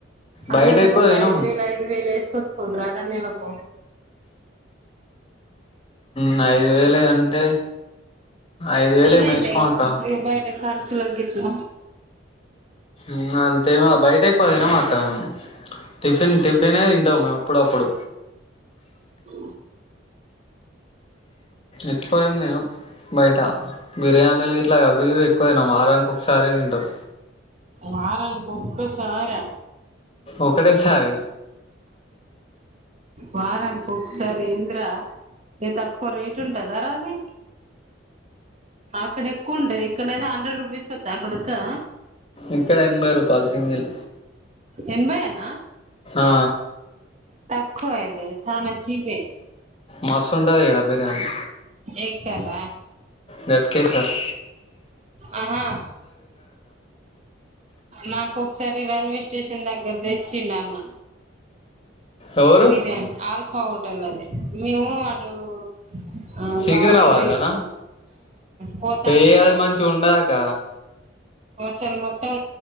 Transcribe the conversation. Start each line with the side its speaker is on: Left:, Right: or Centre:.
Left: బయట
Right: అందరుూ
Left: ఎక్కువ
Right: ఒక్కొక్క
Left: తినం
Right: ఐదు వేలు ఐదు వేలు ఏస్ క్కొచుకుంటారా రా నెలకు
Left: మ్ ఐదు వేలె అంటే ఐదు వేలు
Right: పైన
Left: ఏమి
Right: అయితయి
Left: వేసుకోమక్క
Right: కదా ఇప్పుడు ఈ బయట ఖర్చులకు గిట్ల
Left: మ్ అంతే మా బయట ఎక్కువ తినం అక్క మేము టిఫిన్ టిఫినే తింటాం మే అప్పుడప్పుడు
Right: అ
Left: ఎక్కువ ఏం తినం బయట బిర్యానీలు గిట్ల అవి ఇవి ఎక్కువ తినం వారానికి ఒకసారె తింటాం
Right: వారానికి ఒక్కసార?
Left: ఒక్కటే సారి.
Right: వారానికి ఒక్కసారి ఏందిరా ఏ తక్కువ రేట్ ఉంటద రా అది అక్కడ ఎక్కువ ఉంటది ఇక్కడనైతె హండ్రెడ్ రూపీస్ కి వత్తది అక్కడ వత్తదా?
Left: ఇక్కడ ఎనభై రూపాయల్ సింగల్
Right: ఎనబై ఏ నా
Left: ఆ
Right: తక్కువ అయితే చానా చీపే
Left: మస్తుంటది ఈడ బిర్యానీ
Right: ఎక్కర్ర
Left: దట్ కే ఫర్
Right: ఆహా నాకొకసారి రైల్వే స్టేషన్ దగ్గర తెచ్చిండు అన్న
Left: ఎవరు
Right: బిర్యానీ ఆల్ఫా హోటల్ లోది మేము అటు ఆ
Left: సికింద్రాబాద్లనా
Right: బావతో న పోతాండ
Left: ఏ అది మంచిగా ఉండదక్క
Right: అసలు మొత్తం